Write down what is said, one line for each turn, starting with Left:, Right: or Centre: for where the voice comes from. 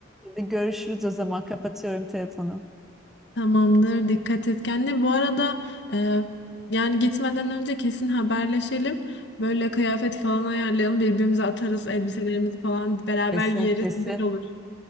Centre: Hadi görüşürüz o zaman. Kapatıyorum telefonu.
Left: Tamamdır. Dikkat et kendine. Bu arada e, yani gitmeden önce kesin haberleşelim. Böyle kıyafet falan ayarlayalım. Birbirimize atarız. Elbiselerimizi falan beraber
Centre: Kesin
Left: giyeriz.
Centre: kesin.
Left: Güzel olur.